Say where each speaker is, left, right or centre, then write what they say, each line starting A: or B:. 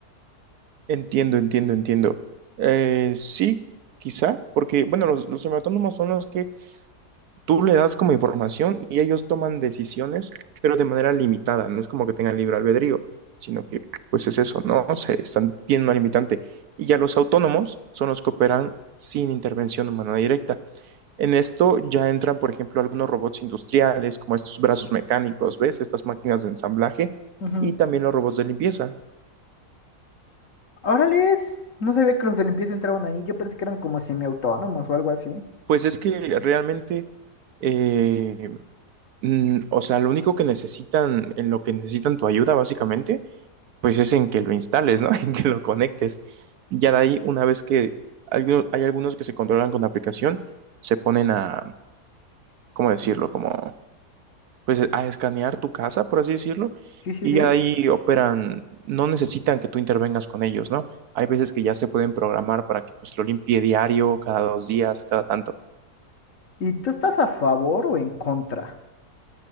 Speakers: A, on the right; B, on the left.
A: entiendo, entiendo, entiendo. Eh, sí, quizá, porque, bueno, los, los semiautónomos son los que tú le das como información y ellos toman decisiones, pero de manera limitada. No es como que tengan libre albedrío, sino que, pues es eso, ¿no? Se están, tienen una limitante. Y ya los autónomos son los que operan sin intervención humana directa. En esto ya entran, por ejemplo, algunos robots industriales, como estos brazos mecánicos, ¿ves? Estas máquinas de ensamblaje
B: Ujú.
A: y también los robots de limpieza.
B: Órales, no sabía que los de limpieza entraban ahí. Yo pensé que eran como semiautónomos o algo así.
A: Pues es que realmente, eh, mm, o sea, lo único que necesitan, en lo que necesitan tu ayuda, básicamente, pues es en que lo instales, ¿no? <laughs> En que lo conectes. Ya de ahí, una vez que hay, hay algunos que se controlan con la aplicación, se ponen a, ¿cómo decirlo? Como pues eh, a escanear tu casa, por así decirlo,
B: Sí, sí,
A: y
B: sí.
A: ya ahí operan, no necesitan que tú intervengas con ellos, ¿no? Hay veces que ya se pueden programar para que pues lo limpie diario, cada dos días, cada tanto.
B: ¿Y tú estás a favor o en contra?